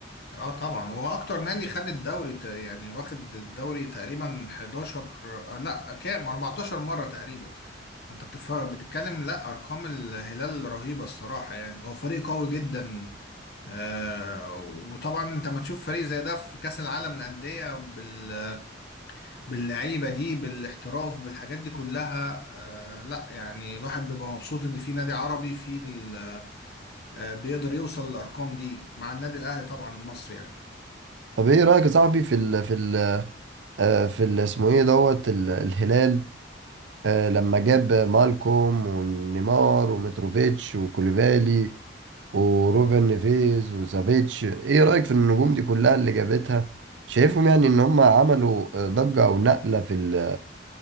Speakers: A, on the left; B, on the right.
A: اه طبعا هو اكتر نادي خد الدوري ت- يعني واخد الدوري تقريبا 11 آه لا كام 14 مرة تقريبا انت بتف- بتتكلم لا ارقام الهلال رهيبة الصراحة يعني هو فريق قوي جدا آه وطبعا انت ما تشوف فريق زي ده في كأس العالم للأندية بال- باللعيبة دي بالاحتراف بالحاجات دي كلها آه لا يعني الواحد بيبقى مبسوط ان في نادي عربي في ال- آه بيقدر يوصل للارقام دي مع النادي الاهلي طبعا المصري يعني
B: طب ايه رأيك يا صاحبي في ال في ال آه، في ال اسمه ايه دوت ال- الهلال آه، لما جاب مالكوم ونيمار وميتروفيتش وكوليفالي وروبن نيفيز وسافيتش ايه رأيك في النجوم دي كلها اللي جابتها شايفهم يعني ان هم عملوا آه، ضجة او نقلة في ال